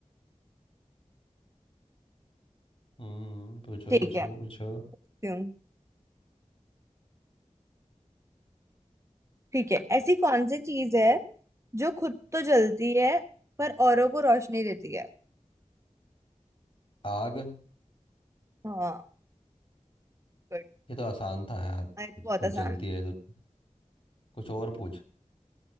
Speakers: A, on the left; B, on the right.
A: हम्म पूछो
B: ठीक
A: पूछो
B: है
A: पूछो
B: क्यों ठीक है ऐसी कौन सी चीज है जो खुद तो जलती है पर औरों को रोशनी देती है
A: आग
B: हाँ गुड
A: ये तो आसान था यार
B: आई तो बहुत
A: कुछ
B: आसान
A: जलती
B: था
A: है तो कुछ और पूछ